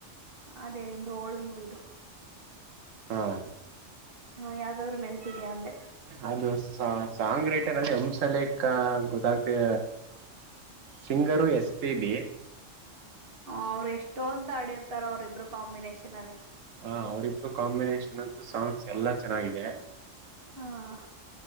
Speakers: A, on the right (about 50°); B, on the right (about 85°).
A: ಅದೇ ನಿಮ್ದು ಓಲ್ಡ್ ಮೂವಿದು.
B: ಹಾ
A: ಹಾ ಯಾವ್ದಾದ್ರು ನೆನ್ಪಿದ್ಯಾ ಅಂದೆ.
B: ಅದು ಸಾಂಗ್ ಸಾಂಗ್ ರೈಟರ್ ಅಲ್ಲಿ ಹಂಸ ಹಂಸಲೇಖ ಗೊತ್ತಾಗ್ದೆ ಸಿಂಗರು ಎಸ್ಪಿಬಿ.
A: ಹ ಅವ್ರು ಎಷ್ಟೊಂದ್ ಆಡಿರ್ತಾರೆ ಅವ್ರ್ ಇಬ್ರು ಕಾಂಬಿನೇಷನ್ ಅಲ್ಲಿ.
B: ಹಾ ಅವ್ರಿಬ್ರು ಕಾಂಬಿನೇಷನ್ ಅಂತೂ ಸಾಂಗ್ಸ್ ಎಲ್ಲಾ ಚೆನ್ನಾಗಿದೆ.
A: ಹಾ